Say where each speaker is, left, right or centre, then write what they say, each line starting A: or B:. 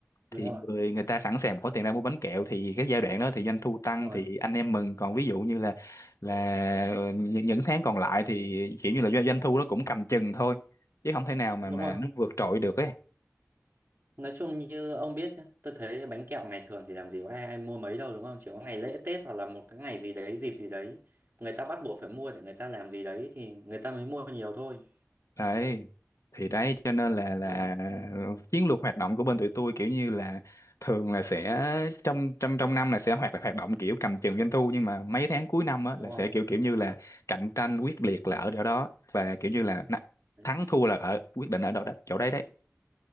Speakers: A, on the right; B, on the left.
A: đúng
B: thì
A: rồi
B: người người ta sẵn sàng có tiền ra mua bánh kẹo thì cái giai đoạn đó thì doanh thu tăng
A: đúng rồi
B: thì anh em mừng còn ví dụ như là là ờ, những những tháng còn lại thì kiểu như là doanh doanh thu nó cũng cầm chừng thôi chứ không thể nào mà
A: đúng
B: mà
A: rồi
B: nó vượt trội được ấy
A: nói chung như ông biết nhá, tôi thấy bánh kẹo ngày thường thì làm gì có ai, ai mua mấy đâu đúng không chỉ có ngày lễ Tết hoặc là một cái ngày gì đấy dịp gì đấy người ta bắt buộc phải mua để người ta làm gì đấy thì người ta mới mua nhiều thôi
B: đấy thì đấy cho nên là là
A: đấy
B: chiến lược hoạt động của bên tụi tôi kiểu như là thường là sẽ trong trong trong năm là sẽ hoạt hoạt động kiểu cầm chừng doanh thu nhưng mà mấy tháng cuối năm á
A: đúng
B: là
A: rồi
B: sẽ kiểu kiểu như là cạnh tranh quyết
A: ừ.
B: liệt là ở chỗ đó và kiểu như là na-
A: đấy.
B: thắng thua là ở quyết định ở đâu đó chỗ đấy đấy